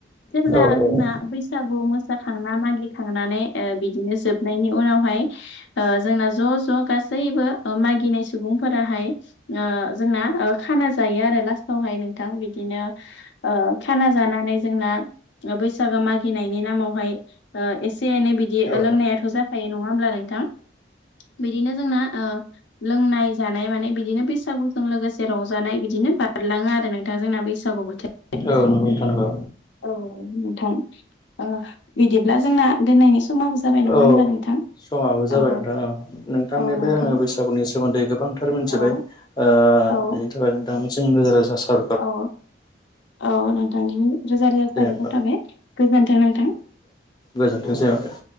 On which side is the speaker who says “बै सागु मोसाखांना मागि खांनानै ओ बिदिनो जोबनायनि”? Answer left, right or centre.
Left